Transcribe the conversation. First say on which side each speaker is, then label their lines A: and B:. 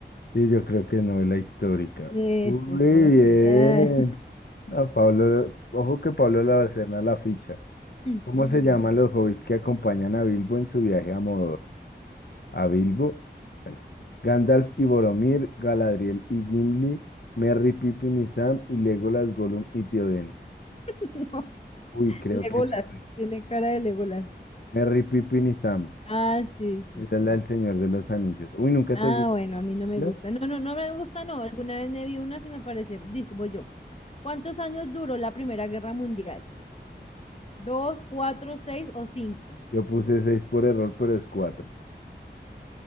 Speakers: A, on the left; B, on the left.
A: Sí, yo creo que es novela histórica.
B: Esto
A: Muy
B: es poesía.
A: bien. Ah, Pablo, ojo que Pablo Labarcena la ficha.
B: <laughs>
A: ¿Cómo se llaman
B: <laughs>
A: los hobbits que acompañan a Bilbo en su viaje a Mordor? A Bilbo, bueno, Gandalf y Boromir, Galadriel y Gimli, Merry, Pippin y Sam y Legolas, Gollum y Tioden.
B: <laughs> No,
A: Uy, creo
B: Legolas,
A: que Merry,
B: tiene cara de Legolas.
A: Merry, Pippin y Sam.
B: Ah, sí, sí,
A: Esa es
B: sí.
A: la del Señor de los Anillos. Uy, ¿nunca
B: Ah,
A: te has visto
B: bueno, a mí no me
A: la?
B: gusta. No, no, no me gusta, no. Alguna vez me vi unas y me parecieron. Dice, voy yo. ¿Cuántos años duró la Primera Guerra Mundial? ¿Dos, cuatro, seis o cinco?
A: Yo puse 6 por error, pero es cuatro.